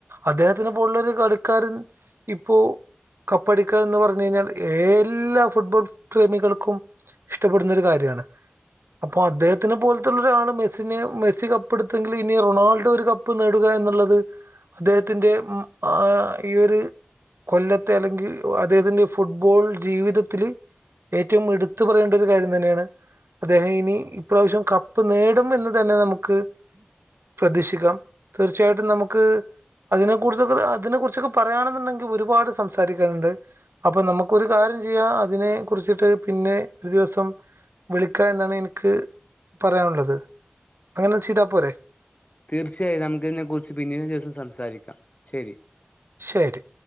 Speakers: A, on the right; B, on the left.
A: അദ്ദേഹത്തിനന് പോലുള്ള ഒരു കളിക്കാരൻ ഇപ്പോ കപ്പടിക്ക എന്ന് പറഞ്ഞ കഴിഞ്ഞാൽ എല്ലാ ഫുട്ബോൾ പ്രേമികൾക്കും ഇഷ്ടപ്പെടുന്ന ഒരു കാര്യണ് അപ്പോ അദ്ദേഹത്തിന് പോലത്തുള്ള ഒരാള് മെസ്സിനെ മെസ്സി കപ്പ് എടുത്തെങ്കിൽ ഇനി റൊണാൾഡോ ഒരു കപ്പ് നേടുക എന്നുള്ളത് അദ്ദേഹത്തിന്റെ ആ ഈ ഒരു കൊല്ലത്തെ അല്ലെങ്കിൽ അദ്ദേഹത്തിൻ്റെ ഫുട്ബോൾ ജീവിതത്തില് ഏറ്റവും എടുത്തു ത്ത് പറയേണ്ട ഒരു കാര്യം തന്നെണ് അദ്ദേഹം ഇനി ഇപ്രാവശ്യം കപ്പ് നേടും എന്ന് തന്നെ നമുക്ക് പ്രതീക്ഷിക്കാം തീർച്ചയായിട്ടും നമുക്ക് അതിനെ കുറിച്ചൊക്കെ അതിനെ കുറിച്ചൊക്കെ പറയാണ് ന്ന്ണ്ടെങ്കിൽ ഒരുപാട് സംസാരിക്കാനുണ്ട് അപ്പൊ നമുക്കൊരു കാര്യം ചെയ്യാം അതിനെ കുറിച്ചിട്ട് പിന്നെ ഒരു ദിവസം വിളിക്ക എന്നാണ് എനിക്ക് പറയാനുള്ളത് അങ്ങനെ ചെയ്താപോരെ
B: തീർച്ചയായും നമുക്ക് ഇതിനെ കുുറിച്ച് പിന്ന ദിവസം സംസാരിക്കാം ശരി
A: ശരി